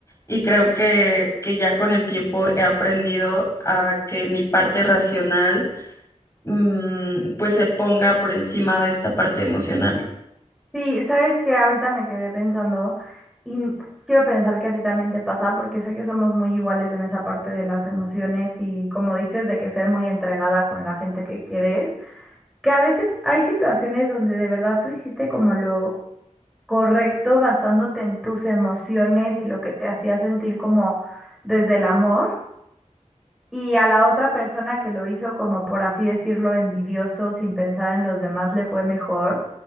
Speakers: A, on the left; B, in the centre.
A: Y creo que, que ya con el tiempo he aprendido a que mi parte racional, mm, pues se ponga por encima de esta parte emocional.
B: Sí, sabes que ahorita me quedé pensando y n- quiero pensar que a ti también te pasa porque sé que somos muy iguales en esa parte de las emociones y como dices de que ser muy entregada con la gente que quieres, que a veces hay situaciones donde de verdad tú hiciste como lo correcto basándote en tus emociones y lo que te hacía sentir como desde el amor y a la otra persona que lo hizo como por así decirlo envidioso sin pensar en los demás le fue mejor